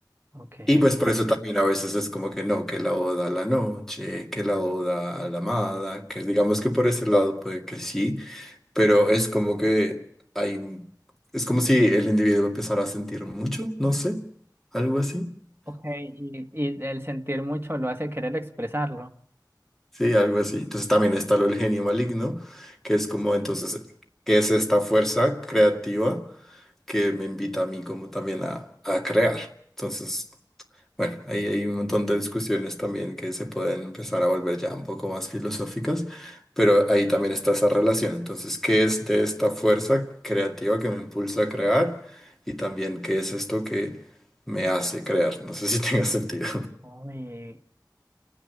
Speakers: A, on the right; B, in the centre.
A: Ok,
B: Y pues por eso también a veces es como que no, que la oda a la noche, que la oda a la amada, que digamos que por ese lado puede que sí, pero es como que hay, es como si el individuo empezara a sentir mucho, no sé, algo así,
A: ok, y, y el sentir mucho lo hace querer expresarlo.
B: sí, algo así. Entonces también está lo del genio maligno, que es como entonces, que es esta fuerza creativa que me invita a mí como también a, a crear. Entonces... Bueno, ahí hay un montón de discusiones también que se pueden empezar a volver ya un poco más filosóficas, pero ahí también está esa relación. Entonces, ¿qué es de esta fuerza creativa que me impulsa a crear? Y también, ¿qué es esto que me hace crear? No sé si <laughs> tenga sentido.
A: Uy,